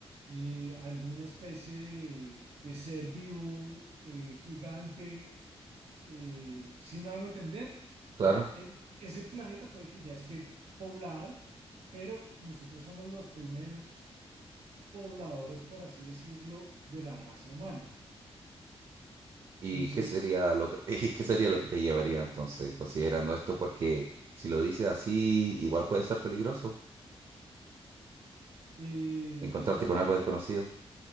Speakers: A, on the right; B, on the right.
A: eh, alguna especie de, de ser vivo eh, gigante. eh, ¿sí me hago entender?
B: claro.
A: O sea, e- ese planeta puede que ya esté poblado, pero nosotros somos los primeros pobladores, por así decirlo, de la raza humana.
B: ¿Y
A: Entonces,
B: qué sería lo que, <laughs> y qué sería lo que te llevaría entonces, considerando esto? Porque si lo dices así, igual puede ser peligroso
A: Eh,
B: encontrarte
A: no,
B: con
A: yo
B: algo
A: espero,
B: desconocido.